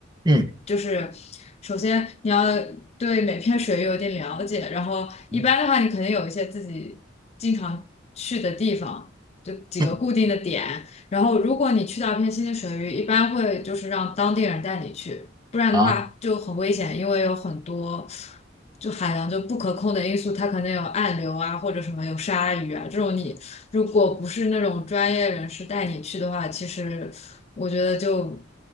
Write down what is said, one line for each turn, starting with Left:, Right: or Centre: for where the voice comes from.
Right: 嗯
Left: 就是首先你要对每片水域有点了解，然后一般的话，
Right: 嗯
Left: 你肯定有一些自己经常去的地方，就几个固定的点。
Right: 嗯，
Left: 然后，如果你去到一片新的水域，一般会就是让当地人带你去，不然的话就很危险，
Right: 啊，
Left: 因为有很多就海洋就不可控的因素，它可能有暗流啊，或者什么有鲨鱼啊这种。你如果不是那种专业人士带你去的话，其实我觉得就